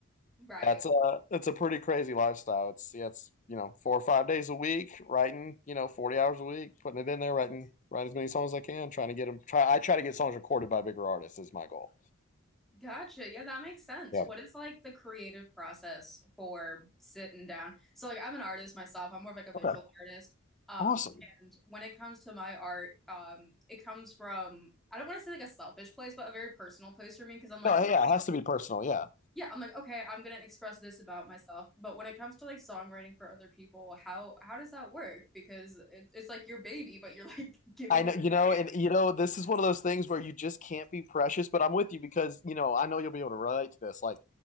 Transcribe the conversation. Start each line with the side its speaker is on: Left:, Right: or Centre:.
Centre: Right.
Left: That's a it's a pretty crazy lifestyle. It's yeah, it's you know four or five days a week, writing you know forty hours a week, putting it in there, writing write as many songs as I can, trying to get them. Try I try to get songs recorded by bigger artists is my goal.
Centre: Gotcha. Yeah, that makes sense.
Left: Yeah.
Centre: What is like the creative process for sitting down? So like I'm an artist myself. I'm more of like a visual
Left: Okay.
Centre: artist. Um,
Left: Awesome.
Centre: and when it comes to my art, um, it comes from I don't want to say like a selfish place, but a very personal place for me because I'm like,
Left: No,
Centre: okay,
Left: hey, yeah, it has to be personal. Yeah.
Centre: yeah, I'm like, okay, I'm gonna express this about myself. But when it comes to like songwriting for other people, how how does that work? Because it, it's like your baby, but you're like <laughs> giving
Left: I know,
Centre: it away.
Left: you know, and you know, this is one of those things where you just can't be precious. But I'm with you because you know I know you'll be able to relate to this. Like,